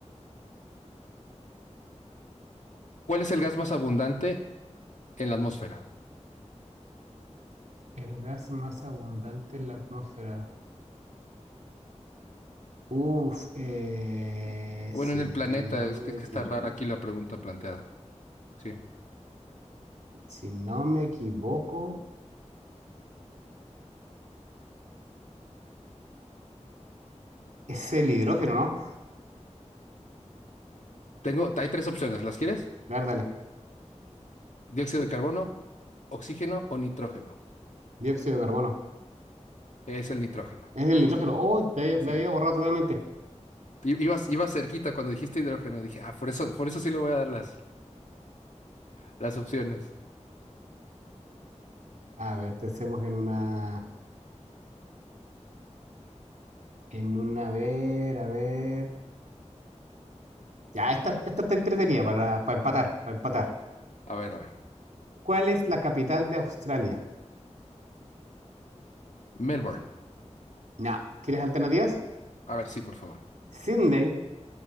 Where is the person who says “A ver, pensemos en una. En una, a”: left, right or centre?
Right